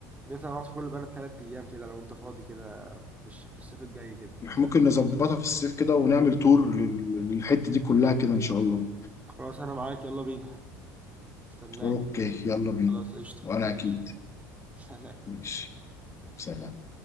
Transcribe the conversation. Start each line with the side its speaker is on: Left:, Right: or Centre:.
Right: نقدر نقعد في كل بلد 3 ايام كده لو انت فاضي كده في, الش... في الصيف الجاي كده
Left: احنا ممكن نظبطها في الصيف كده ونعمل تور لل- للحتة دي كلها كده ان شاء الله
Right: خلاص انا معاك يلا بينا استناك
Left: اوكي يلا بينا
Right: خلاص قشطه
Left: وانا
Right: ماشي
Left: اكيد
Right: سلام
Left: ماشي سلام